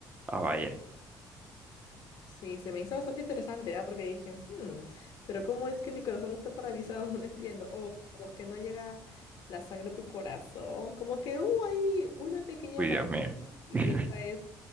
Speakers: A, on the right; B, on the left.
A: Ah, vaya.
B: Sí, se me hizo bastante interesante, ¿ah? Porque dije, "Hmm, pero ¿cómo es que mi corazón está paralizado? <laughs> No entiendo. O, o que no llega la sangre a tu corazón. Como que hubo ahí una pequeña
A: Uy,
B: parálisis
A: Dios mío.
B: y
A: <laughs>
B: esa es